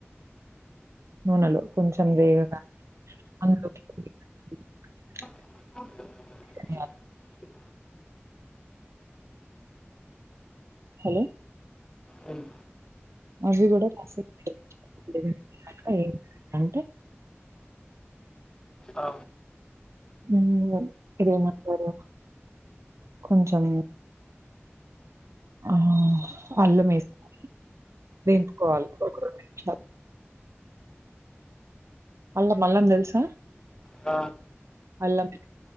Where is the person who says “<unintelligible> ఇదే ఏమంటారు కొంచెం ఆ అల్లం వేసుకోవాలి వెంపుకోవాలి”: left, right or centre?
Right